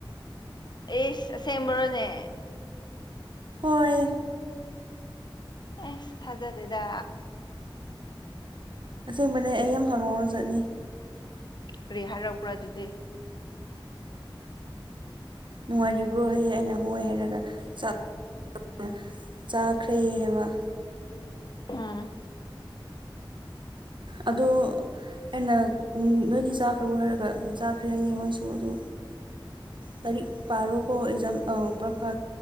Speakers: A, on the left (about 55°); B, on the right (about 60°).
A: ꯑꯦ ꯑꯁꯦꯡꯕꯔꯣꯅꯦ
B: ꯍꯣꯏ
A: ꯑꯦꯁ ꯊꯥꯖꯗꯦꯗ
B: ꯑꯁꯦꯡꯕꯅꯦ ꯑꯩ ꯌꯥꯝ ꯍꯔꯥꯎꯔꯥ ꯖꯠꯅꯤ
A: ꯀꯔꯤ ꯍꯥꯏꯔꯛꯄ꯭ꯔꯥ ꯑꯗꯨꯗꯤ
B: ꯅꯨꯡꯉꯥꯏꯔꯤꯕ꯭ꯔꯣ ꯍꯌꯦ ꯑꯩꯅ ꯍꯣꯏ ꯍꯥꯏꯔꯒ ꯆꯥꯛ <unintelligible> ꯆꯥꯈ꯭ꯔꯦ ꯍꯥꯏꯕ
A: ꯎꯝ
B: ꯑꯗꯨ ꯑꯩꯅ ꯅꯣꯏꯒꯤ ꯆꯥꯛ ꯔꯕꯔꯣ ꯍꯥꯏꯔꯒ ꯆꯥꯈ꯭ꯔꯦ ꯍꯥꯏꯌꯦ ꯃꯥꯁꯨ ꯑꯗꯨ ꯇꯔꯤꯛ ꯄꯥꯔꯣ ꯀꯧꯕ ꯑꯦꯛꯖꯥꯝ ꯄꯈꯥ